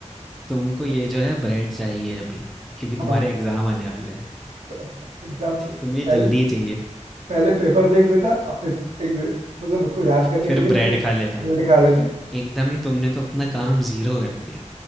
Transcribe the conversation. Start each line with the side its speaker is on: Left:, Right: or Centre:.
Centre: तुमको ये जो है ब्रेड चाहिए अभी क्योंकि
Right: हाँ
Centre: तुम्हारे एग्जाम आने वाले हैं
Right: तो एग्जाम से
Centre: तुम्हें
Right: पहले
Centre: जल्दी चाहिए
Right: पहले पेपर देख लेता और फिर एक मतलब उसको याद करने
Centre: फिर
Right: के लिए
Centre: ब्रेड
Right: फिर
Centre: खा लेता
Right: बिल्ड खा लेता
Centre: एकदम ही तुमने तो अपना काम जीरो कर दिया